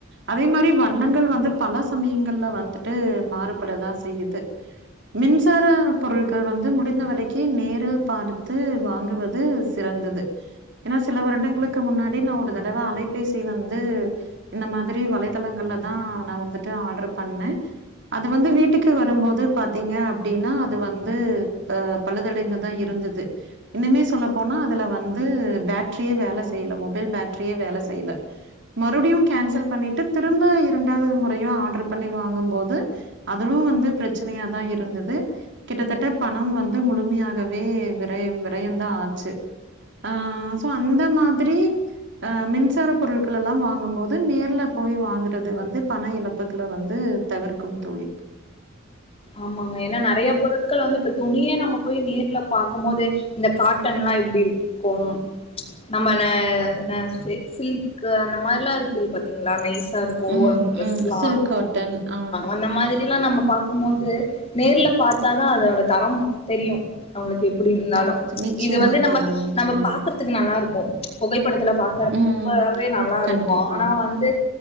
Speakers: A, on the right; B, on the left.
A: அதே மாதிரி வண்ணங்கள் வந்து பல சமயங்கள்ல வந்துட்டு மாறுபடுதா செய்யுது மின்சார பொருட்கள் வந்து முடிந்த வரைக்கு நேரில் பாடுத்து வாங்குவது சிறந்தது ஏன்னா சில வருடங்களுக்கு முன்னாடி நான் ஒரு தடவை அலைபேசி வந்து இந்த மாதிரி வலைதளங்கள்ல தான் நான் வந்துட்டு ஆர்டர் பண்ணேன் அது வந்து வீட்டுக்கு வரும்போது பாத்தீங்க அப்படின்னா அது வந்து பழுதடைந்தது இருந்தது இன்னுமே சொல்ல போனா அதுல வந்து பேட்டரியே வேலை செய்யல மொபைல் பேட்டரியே வேலை செய்யல மறுபடியும் கேன்சல் பண்ணிட்டு திரும்ப இரண்டாவது முறையும் ஆர்டர் பண்ணி வாங்கும்போது அதுலும் வந்து பிரச்சனையா தான் இருந்தது கிட்டத்தட்ட பணம் வந்து முழுமையாக விரை விரையந்தான் ஆச்சு ஆ சோ அந்த மாதிரி ஆ மின்சார பொருட்கள் எல்லாம் வாங்கும் போது நேர்ல போய் வாங்குறது வந்து பண இழப்புகளை வந்து தவிர்க்கும் தோழி
B: ஆமாங்க ஏன்னா நெறைய பொருட்கள் வந்து துணியே நம்ம போய் நேர்ல பாக்கும் போது இந்த காட்டன்ல்லாம் எப்படி இருக்கும் நம்மல அ சில்க் அந்த மாதிரிலாம் இருக்கு இல்ல பாத்தீங்களா நைஸ் நல்லா இருக்கும்
A: ம்,
B: ஒவ்வொரு டிரஸெலாம்
A: ம். சில்க் காட்டன். ஆ.
B: அந்த மாதிரி இதெல்லாம் நம்ம பாக் கும் போது நேர்ல பார்த்தா தான் அதோட தரம் தெரியும் நம்மளுக்கு அப்படி இருந்தாலும்
A: தரம் நிச்சயமா
B: இது வந்து நம்ம
A: தோழி, நிச்சயமா.
B: நம்ம பாக்கறதுக்கு நல்லா இருக்கும் புகைப்படத்துல பாக்கறப்பவே
A: ம்.
B: நல்லா இருக்கும்
A: கண்டிப்பா.
B: ஆனா வந்து